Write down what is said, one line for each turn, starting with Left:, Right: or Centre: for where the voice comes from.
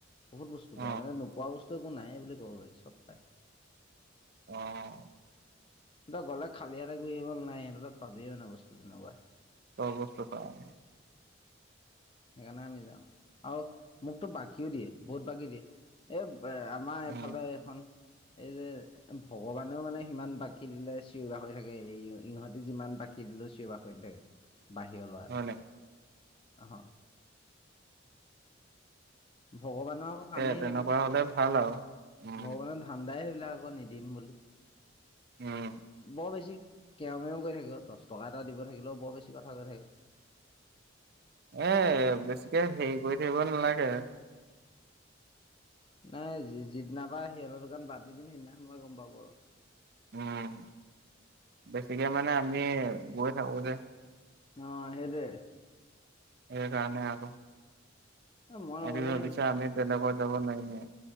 Left: বহুত বস্তু
Right: অ
Left: পায় মানে নোপোৱা বস্তু একো নাই বুলি ক'ব পাৰি চব পায়।
Right: অহ।
Left: তই গ'লে খালিহতে ঘূৰি আহিব নালাগে সিহঁতৰ তাত পাবিয়েই মানে বস্তু তেনেকুৱা।
Right: চব বস্তু পায়।
Left: সেইকাৰণে আমি যাওঁ আৰু মোকতো বাকীও দিয়ে বহুত বাকী দিয়ে এ। আমাৰ এইফালে
Right: উম
Left: এখন। এই যে ভগৱানেও মানে সিমান বাকী দিলে চিঞৰি বাখৰি থাকে এই ইহঁতে যিমান বাকি। চিঞৰি বাখই নাথাকে বাহিৰ ল'ৰা এটাক
Right: হয় নে?
Left: অ। ভগৱানৰ
Right: তাকে
Left: কামেই
Right: তেনেকুৱা
Left: সেইটো যে
Right: হ'লে ভাল আৰু। উম,
Left: ভগৱানৰ ধান্দাই। বিলাক আক নিদিম বুলি
Right: উম,
Left: বৰ বেছি। কেউ মেও কৈ থাকিব দহ টকা এটা দিব থাকিলেও বৰ বেছি কথা কৈ থাকে
Right: এ বেছিকে হেৰি কৰি থাকিব নালাগে
Left: নাই যিদিনা পা সিহঁতৰ দোকান বাদ দি দিম সেইদিনাখন পাই গম পাব আৰু
Right: উম বেছিকে মানে আমি গৈ থাকো যে
Left: অ সেই টোয়ে
Right: এই কাৰণে আকৌ
Left: এ মই
Right: হেঁতি
Left: নগ'লে
Right: ভাবিছা আমি বেলেগত যাব নোৱাৰিমে